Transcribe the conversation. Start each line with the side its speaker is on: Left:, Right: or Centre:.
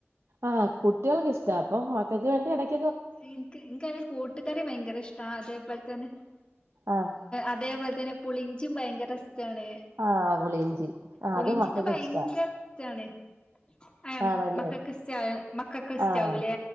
Right: ആ കുട്ടികൾക്ക് ഇഷ്ട അപ്പൊ മക്കക്ക് വേണ്ടി എടക്ക്
Left: എനിക്ക് എനക്കയില് കൂട്ടുകറി ഭയങ്കര ഇഷ്ടാ അതേപോലെ തന്നെ
Right: ആഹ്
Left: അതേപോലെ തന്നെ പുളിഞ്ചീം ഭയങ്കര ഇതാണ്
Right: ആഹ് പുളിയിഞ്ചി ആഹ്
Left: പുളിഞ്ചിക്ക്
Right: അത് മക്കൾക്ക്
Left: ഭയങ്കര
Right: ഇഷ്ടാ
Left: ഇഷ്ടാണ് ആ
Right: ആണല്ലേ
Left: മക്കക്ക് ഇഷ്ടാവൂലേ മക്കക്ക് ഇഷ്ടാവൂലേ
Right: ആഹ്